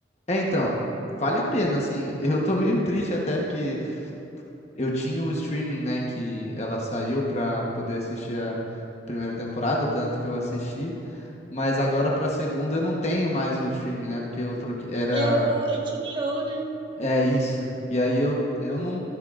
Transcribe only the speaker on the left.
É, então, vale a pena, assim. Eu tô meio triste até porque eu tinha o streaming, né, que ela saiu pra poder assistir a primeira temporada, tanto que eu assisti, mas agora pra segunda eu não tenho mais o streaming, né, porque eu troquei, era,
é isso. E aí eu, eu não,